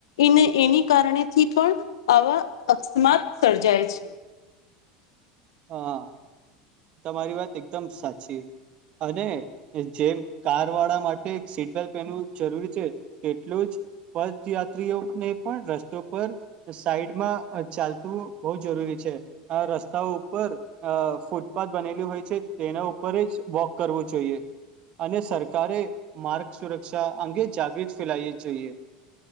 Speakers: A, on the left; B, on the right.
A: એને એની કારણે થી, પણ આવા અકસ્માત સર્જાય છે.
B: હા, તમારી વાત એકદમ સાચી અને જેમ કાર વાળા માટે સીટ બેલ્ટ પહેનવું જરૂરી છે, તેટલું જ પથયાત્રીઓને, પણ રસ્તો પર સાઈડમાં ચાલતું બહ જરૂરી છે. છે, આ રસ્તા ઉપર ફૂટ બનેલી હોય છે, તેના ઉપર જ વોક કરવું જોઈએ. અને સરકારે માર્ગ સુરક્ષા, અંગે જાગૃત ફેલાવીવી જોઈએ